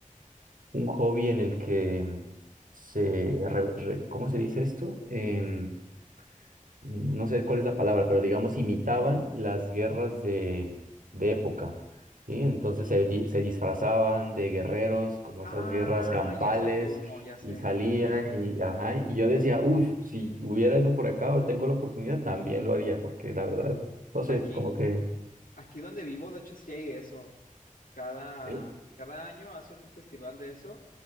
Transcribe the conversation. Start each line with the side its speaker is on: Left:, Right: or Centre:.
Right: un hobby en el que mm, se, re- re- ¿cómo se dice esto? Em, no sé cuál es la palabra, pero digamos imitaban las guerras de, de época, ¿sí? Entonces se, di- se disfrazaban de guerreros, como
Left: Ah,
Right: esas guerras campales,
Left: ya sé cómo, ya sé,
Right: y salían
Left: ya sé.
Right: y, ajá, y yo decía, uff, si hubiera eso por acá o tengo la oportunidad, también lo haría, porque la verdad, no sé,
Left: Aquí,
Right: como que...
Left: Aquí donde vivo, de hecho, sí hay eso. Cada,
Right: Sí.
Left: cada año hacen un festival de eso